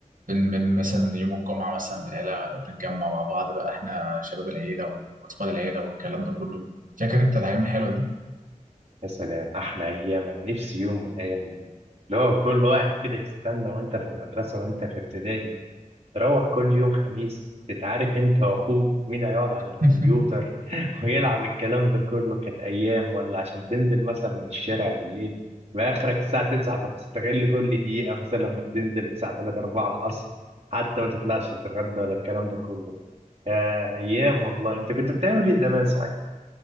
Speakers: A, on the right; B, on the right.
A: من من مثلا يوم الجمعة مثلا بالعيلة بقى بنتجمع مع بعض بقى احنا شباب العيلة وأطفال العيلة والكلام ده كله فاكر انت الأيام الحلوة دي؟
B: يا سلام احلى ايام انا نفسي يوم من الايام دي اللي هو كل واحد كده يستنى وانت في المدرسه وانت في ابتدائي تروح كل يوم خميس تتعارك انت واخوك مين هيقعد على الكمبيوتر
A: <laughs>
B: <laughs> ويلعب الكلام ده كله كانت ايام ولا عشان تنزل مثلا الشارع بالليل باخرك الساعه 9 فبتستغل كل دقيقه <laughs> مثلا لما بتنزل الساعه 3 4 العصر حتى ما تطلعش تتغدى ولا الكلام ده كله آه، ايام والله انت كنت بتعمل ايه زمان صحيح